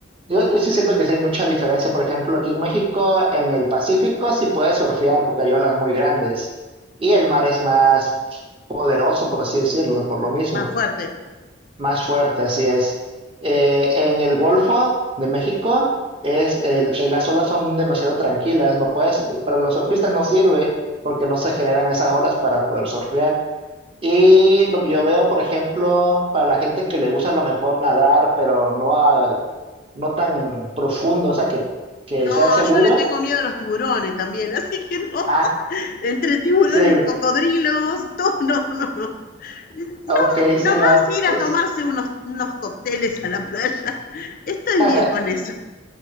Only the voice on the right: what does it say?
yo, yo sí siento que sí hay mucha diferencia. Por ejemplo, aquí en México, en el Pacífico, sí puedes surfear porque hay olas muy grandes y el mar es más poderoso, por así decirlo, por lo mismo,
más fuerte, así es. Eh, en el Golfo de México, es el- el- las olas son demasiado tranquilas, no puedes, para los surfistas no sirve porque no se generan esas olas para poder surfear. Y lo que yo veo, por ejemplo, para la gente que le gusta a lo mejor nadar, pero no, a- no tan profundo, o sea, que, que
sea seguro.
Ah,
sí,
ok, sí,
no.
Entonces,
<laughs> ah,